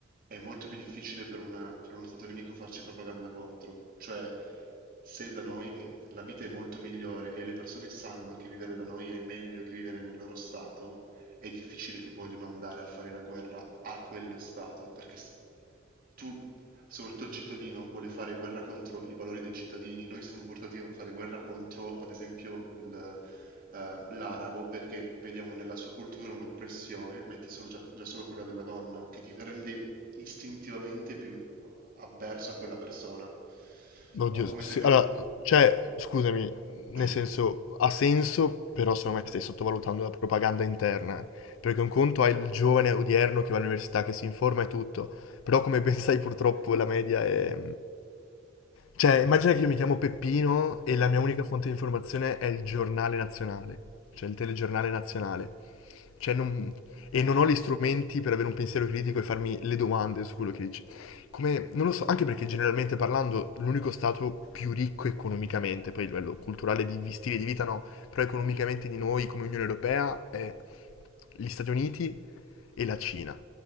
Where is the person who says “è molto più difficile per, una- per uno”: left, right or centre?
Right